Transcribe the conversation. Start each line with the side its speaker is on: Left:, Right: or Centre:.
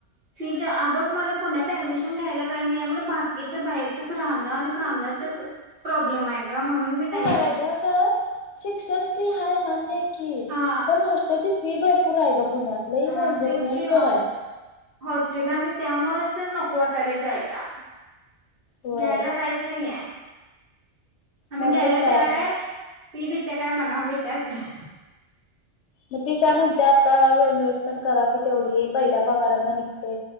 Right: फीज आग. मला पुण्यात ऍडमिशन घ्यायला काही नाही, आहे मला बाकीच बाहेरचंच राहणं आणि खाणंचाच प्रॉब्लेम आहे. म्हणून मी नाहीच.
Left: यग का <inaudible> शिक्षण फ्री हाय मान्य हाय की. की
Right: हा
Left: मण हॉस्टेलची फी. फी भरपूर हाय ग. पुण्यात लई म्हणजे
Right: हा तेच
Left: भयंकर
Right: की
Left: हाय.
Right: हॉस्टेल आणि त्यामुळे नको वाटायलय जायला.
Left: होय
Right: घ्यायला काहीच नाहीय. आम्ही
Left: नाहीतर
Right: घ्यायला
Left: काय
Right: तयार हाय. फी देेत्या काय म्हणाव विचार तीला.
Left: मग ती काय म्हणत्या आता इन्व्हेस्टमेंट करा कि तेवढी पहिल्या पगारांतन निघत्या.